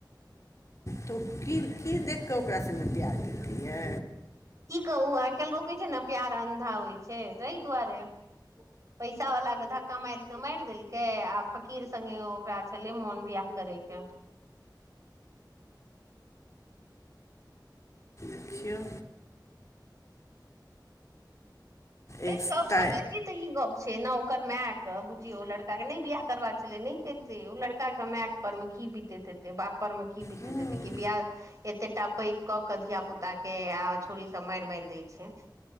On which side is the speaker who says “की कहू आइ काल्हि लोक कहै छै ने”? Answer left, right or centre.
Right